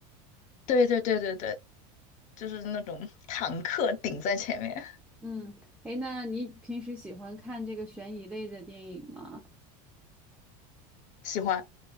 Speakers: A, on the left (about 40°); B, in the centre.
A: 对对对对对，就是那种坦克顶在前面，
B: 嗯，诶，那你平时喜欢看这个悬疑类的电影吗？
A: 喜欢